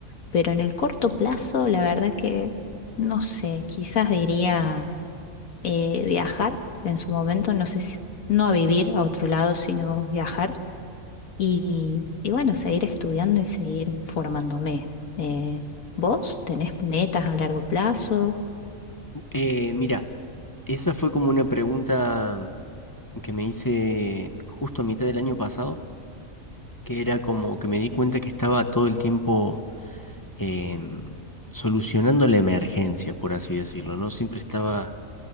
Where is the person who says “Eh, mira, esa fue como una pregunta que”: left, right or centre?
Left